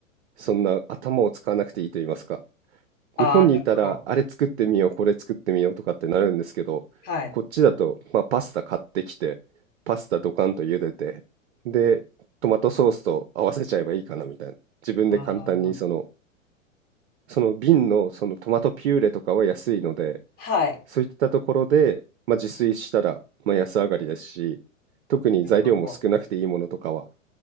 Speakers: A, on the right (about 55°); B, on the left (about 25°).
A: そんな頭を使わなくていいと言いますか。
B: ああーなるほど。
A: 日本にいたらあれ作ってみようこれ作ってみようとかってなるんですけどこっちだと、
B: はい。
A: まあ、パスタ買ってきてパスタドカンと茹でてでトマトソースと合わせちゃえばいいかなみたいな自分で簡単にその
B: ああ
A: その瓶のそのトマトピューレとかは安いので
B: はい。
A: そういったところで、まあ、自炊したら、まあ、安上がりですし特に材料も少なくていいものとかは
B: なるほど。